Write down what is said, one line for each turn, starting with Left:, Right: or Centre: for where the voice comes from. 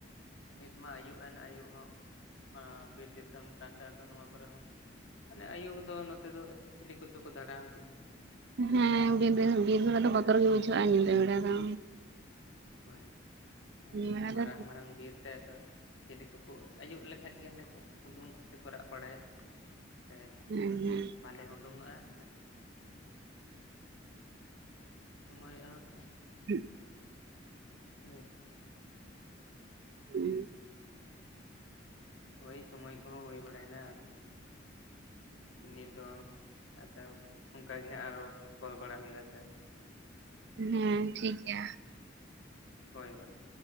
Left: ᱱᱤᱛ ᱢᱟ ᱟᱹᱭᱩᱵ ᱮᱱ ᱟᱹᱭᱩᱵ ᱦᱚᱸ, ᱵᱤᱨ ᱫᱤᱥᱚᱢ ᱠᱟᱱ ᱟᱫᱚ ᱱᱚᱣᱟ ᱠᱚᱨᱮ ᱦᱚᱸ, ᱢᱟᱱᱮ ᱟᱹᱭᱩᱵ ᱫᱚ ᱱᱚᱛᱮ ᱫᱚ ᱪᱤᱞᱤ ᱠᱚᱪᱚ ᱠᱚ ᱫᱟᱬᱟᱣᱟᱱ ᱛᱟᱦᱮᱸᱱᱟ᱾
Right: ᱦᱮᱸ ᱵᱤᱨ, ᱵᱤᱨ ᱵᱮᱲᱟ ᱫᱚ ᱵᱚᱛᱚᱨ ᱜᱮ ᱵᱩᱡᱷᱟᱹᱜ-ᱟ ᱧᱤᱫᱟᱹ ᱵᱮᱲᱟ ᱫᱚ᱾
Left: ᱦᱳᱭ, ᱟᱨ
Right: ᱵᱮᱲᱟ
Left: ᱢᱟᱨᱟᱝ
Right: ᱫᱚ
Left: ᱢᱟᱨᱟᱝ ᱵᱤᱨᱛᱮ ᱟᱫᱚ, ᱪᱮᱞᱤ ᱠᱚᱠᱚ ᱟᱭᱩᱵ ᱞᱮᱱᱠᱟᱡ ᱜᱮ ᱦᱟᱱᱮ ᱠᱚ ᱩᱰᱩᱝ ᱟ ᱥᱮᱠᱚ ᱨᱟᱜ ᱵᱟᱲᱟᱭᱟ᱾ ᱥᱮ,
Right: ᱦᱩᱸ ᱦᱩᱸ,
Left: ᱵᱟᱞᱮ ᱩᱰᱚᱝᱚᱜ-ᱟ ᱩᱱᱟᱹᱜ᱾ ᱥᱚᱢᱚᱭ <unintelligible>
Right: <unintelligible>
Left: ᱦᱳᱭ᱾
Right: <unintelligible>
Left: ᱦᱳᱭ ᱥᱚᱢᱚᱭ ᱠᱚᱦᱚᱸ ᱦᱩᱭ ᱵᱟᱲᱟᱭᱱᱟ ᱟᱨ᱾ ᱩᱱᱤ ᱫᱚ ᱟᱪᱪᱷᱟ ᱚᱱᱠᱟ ᱜᱮ ᱦᱟᱸᱜ ᱟᱨᱚ ᱠᱚᱞ ᱵᱟᱲᱟ ᱦᱩᱭᱩᱜ-ᱟ ᱟᱪᱪᱷᱟ᱾
Right: ᱦᱮᱸ ᱴᱷᱤᱠ ᱜᱮᱭᱟ᱾
Left: ᱦᱳᱭ ᱦᱳᱭ᱾